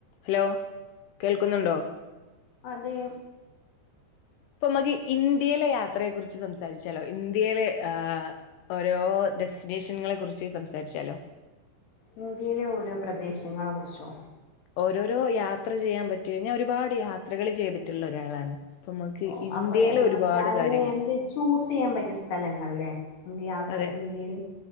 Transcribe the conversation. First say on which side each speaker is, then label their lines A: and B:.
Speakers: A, on the left; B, on the left.
A: Hello കേൾക്കുന്നുണ്ടോ
B: അതെ
A: ഇപ്പൊ മതി ഇന്ത്യയിലെ യാത്രയെക്കുറിച്ച് സംസാരിച്ചാലോ ഇന്ത്യയിലെ ആഹ് ഓരോ ഡെസ്റ്റിനേഷനുകളെ കുറിച്ച് സംസാരിച്ചാലോ
B: ഇന്ത്യയിലെ ഓരോ പ്രദേശങ്ങളെ കുറിച്ചോ
A: ഓരോരോ യാത്ര ചെയ്യാൻ പറ്റി ഞാൻ ഒരുപാട് യാ ത്രകൾ ചെയ്തിട്ടുള്ള ഒരാളാണ് ഇപ്പമ്മക്ക്
B: ഓ,
A: ഇന്ത്യയിലെ
B: അപ്പൊ നമ്മക്ക്
A: ഒരുപാട്
B: അതിന്
A: കാര്യങ്ങൾ
B: നമുക്ക് ചൂസ് ചെയ്യാൻ പറ്റിയ സ്ഥലങ്ങല്ലെ ഇന്ത്യ യാത്രക്ക്
A: അതെ
B: ഇന്ത്യയില്